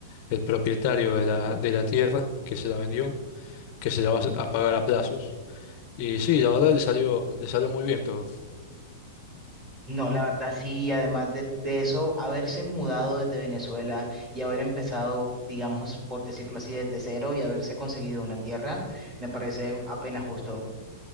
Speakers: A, on the left; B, on the right.
A: el propietario de la, de la tierra que se la vendió, que se la va
B: Ujú.
A: a pagar a plazos. Y sí, la verdad le salió, le salió muy bien todo.
B: No, la verdad sí, y además de, de eso, haberse mudado desde Venezuela y haber empezado, digamos, por decirlo así, desde cero y haberse conseguido una tierra, me parece apenas justo.